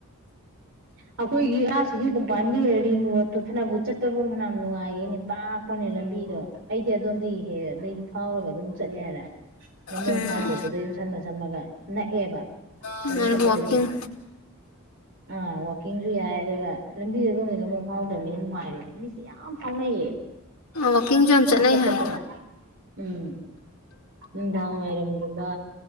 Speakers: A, on the right; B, on the left.
A: ꯑꯩꯈꯣꯏꯒꯤ ꯑꯥꯁꯤ ꯀꯣꯡꯄꯥꯟꯒꯤ ꯔꯤꯡ ꯔꯣꯗꯨ ꯊꯕꯨ ꯆꯠꯇꯕ ꯃꯅ ꯅꯨꯡꯉꯥꯏꯔꯦꯅꯦ ꯄꯥꯛꯄꯅꯦ ꯂꯝꯕꯤꯗꯣ ꯑꯩꯗꯤ ꯑꯗꯣꯝꯗꯤ ꯍꯦꯛ ꯑꯗꯨꯗꯩ ꯐꯥꯎꯔꯒ ꯑꯗꯨꯝ ꯆꯠꯂꯦꯔꯦ ꯃꯣꯡ
B: ꯎꯝ
A: ꯐꯥꯎꯗꯁꯨ ꯑꯗꯨꯝ ꯁꯝꯃ ꯁꯝꯃꯒ ꯅꯛꯑꯦꯕ
B: ꯃꯥꯅ
A: ꯑꯗꯩ ꯆꯠꯄꯗꯗꯤ
B: ꯋꯥꯛꯀꯤꯡ
A: ꯑꯥ ꯀꯀꯤꯡꯁꯨ ꯌꯥꯏ ꯑꯗꯨꯒ ꯂꯝꯕꯤꯗ ꯑꯗꯣꯝꯗ ꯂꯃꯣꯡ ꯐꯥꯎꯗ꯭ꯔꯕꯅꯤꯅ ꯅꯨꯡꯉꯥꯏꯔꯦꯕ ꯃꯤꯁꯦ ꯌꯥꯝ ꯐꯥꯎꯅꯩꯌꯦ
B: ꯋꯥꯛꯀꯤꯡꯁꯨ ꯌꯥꯝ ꯆꯠꯅꯩ
A: ꯑ ꯆꯠ ꯆꯠꯇꯅ
B: ꯍꯥꯏ
A: ꯎꯝ ꯅꯨꯡꯗꯥꯡ ꯋꯥꯏꯔꯝꯒꯨꯝꯕ